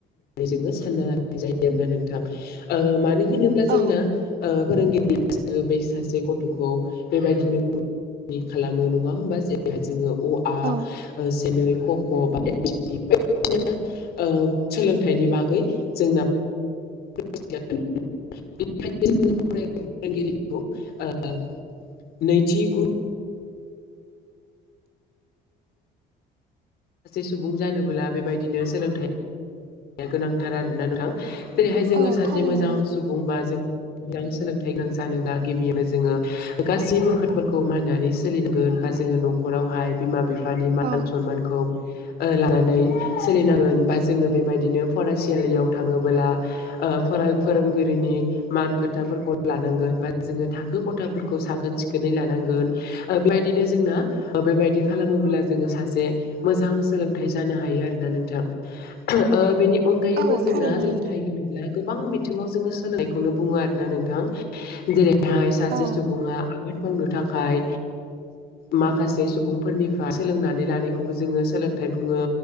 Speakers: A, on the left; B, on the right.
A: जो सानना लानाय जायो आरोना नोंथां। ओ मानो होनोब्ला जोंना
B: औ
A: फोरोंगिरियासो बे सासे ग थ'खौ बेबायदिनो मा खालामो नङा होमबा जेरै जोङो अ आ
B: औ
A: से नै क ख' बायदिसिफोरदिनो ओ सोलोंथाइनि बागै जोंना <inaudible> नैथि गुद सासे सुबुं जानोबोला बेबायदिनो सोलोंथाइया गोनांथार आरोना नोंथां। जेरैहाय जोङो
B: औ
A: सासे
B: थारैनो
A: मोजां
B: नोंथां
A: सुबुं बा जों मोजां सोलोंथाइ गोनां जानोब्ला गिबियावनो जोङो गासैबो खोदफोरखौ मानिनानै सोलिनांगोन बा जोङो न खरावहाय बिमा बिफा बिफानि मान
B: औ
A: सनमानखौ लानानै सोलिनांगोन बा जोङो बेबायदि बिदिनो फरायसालियाव थाङोबोला ओ फोरोंगिरिनि मान खोथाफोरखौ लानांगोन बा जोङो थाखो खथाफोरखौ साखोन सिखोनै लानांगोन बेबायदिनो जोंना बेबायदि खालामोब्ला जोङो सासे मोजां सोलोंथाइ जानो हायो आरोना नोंथां। बेनि अनगायैबो
B: औ
A: जोंना
B: थारैनो
A: सोलोंथाइ
B: नोंथां
A: होनोब्ला गोबां बिथिङाव जोङो सोलोंनायखौनो बुङो आरोना नोंथां जेरै बेहाय सासे
B: औ
A: सुबुङा आबाद मावनो थाखाय माखासे सुबुंफोरनिफ्राय सोलोंनानै लानायखौबो जोङो सोलोंथाइ बुङो,